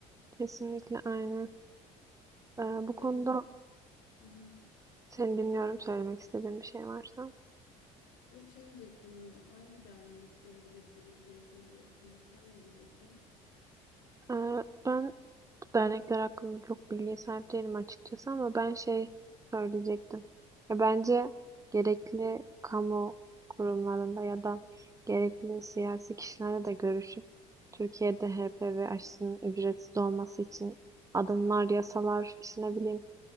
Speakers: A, on the right; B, on the left.
A: Kesinlikle aynı. Ee, bu konuda
B: Ee, hı hı.
A: seni dinliyorum söylemek istediğin bir şey varsa.
B: Yok şey diyecektim, hangi derneklere gidebiliriz diye soracaktım. Sen ne diyecektin?
A: Ee, ben bu dernekler hakkında çok bilgiye sahip değilim açıkçası ama ben şey söyleyecektim. Ya bence gerekli kamu kurumlarında ya da gerekli siyasi kişilerle de görüşüp Türkiye'de HPV aşısının ücretsiz olması için adımlar, yasalar, işte ne bileyim